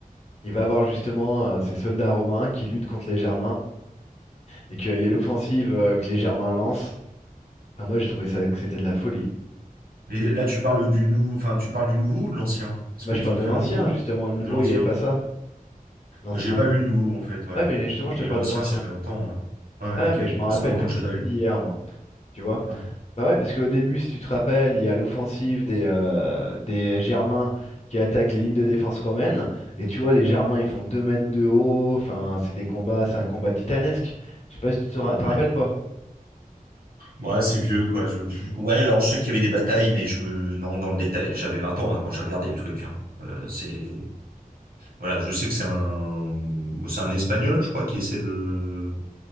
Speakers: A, on the left (about 45°); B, on the right (about 80°).
A: il va voir justement euh, ses soldats romains qui luttent contre les Germains et qu'il y a l'offensive euh, que les Germains lancent. Enfin, moi, j'ai trouvé ça que c'était de la folie.
B: Et là, tu parles du nouveau, enfin, tu parles du nouveau ou de l'ancien? Parce
A: Moi,
B: qu'ils
A: je parle
B: ont
A: de
B: fait
A: l'ancien
B: un nouveau, non?
A: justement. Le nouveau,
B: De l'ancien?
A: il n'y avait pas ça. L'ancien.
B: J'ai pas vu le nouveau, en fait, ouais.
A: Ouais, mais justement,
B: Mais
A: je te parle
B: l'ancien,
A: de l'ancien.
B: ça fait longtemps. euh.
A: Ouais,
B: Ouais, ok.
A: mais je m'en
B: Bah,
A: rappelle
B: Ça fait longtemps
A: comme
B: que j'ai
A: si
B: pas
A: c'était
B: vu.
A: d'hier, moi. Tu vois?
B: Ouais.
A: Bah ouais, parce qu'au début, si tu te rappelles, il y a l'offensive des, euh, des Germains qui attaquent les lignes de défense romaines. Et tu vois, les Germains, ils font 2 mètres de haut. Enfin, c'est des combats, c'est un combat titanesque. Je sais pas si tu te ra- te
B: Ouais.
A: rappelles pas.
B: Ouais, c'est vieux, quoi. Je, je- Ouais, alors je sais qu'il y avait des batailles, mais je me... Non, dans le détail, j'avais 20 ans hein, quand j'ai regardé le truc. hein. Euh, c'est... Voilà, je sais que c'est un... C'est un Espagnol, je crois, qui essaie de...